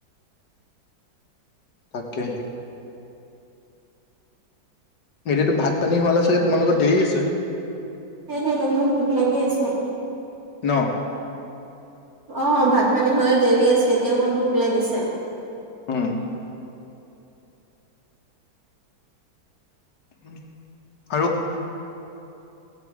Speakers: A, on the left; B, on the right.
A: অকে হে', এতিয়াটো ভাত পানী হোৱালে চাগে তোমালোকৰ দেৰি আছে?
B: সেইটোৱে ত মোৰ ভোক লাগি আছে',
A: ন',
B: অ', ভাত পানী হ'লে দেৰি আছে এতিয়া মোৰ ভোক লাগিছে',
A: উম', উ আৰুক',